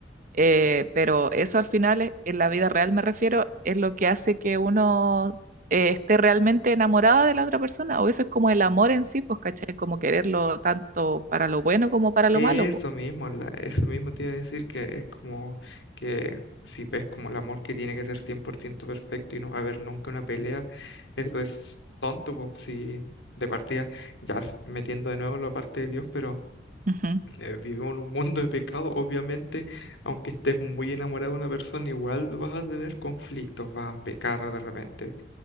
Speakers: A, on the right (about 45°); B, on the left (about 85°).
A: eh, pero eso al final, es- en la vida real me refiero, es lo que hace que uno... eh, esté realmente enamorada de la otra persona, o eso es como el amor en sí, pues, ¿cachai? Como quererlo tanto para lo bueno como para lo
B: Eso
A: malo,
B: mismo, la- eso mismo te iba a decir que es como que si ves como el amor que tiene que ser 100% perfecto y no va a haber nunca una pelea, eso es tonto, po, si de partida, ya s- metiendo de nuevo la parte de Dios, pero
A: pues.
B: eh, vivimos en un mundo de pecado, obviamente, aunque estés muy enamorado de una persona, igual vas a tener conflictos, vas a pecar de repente,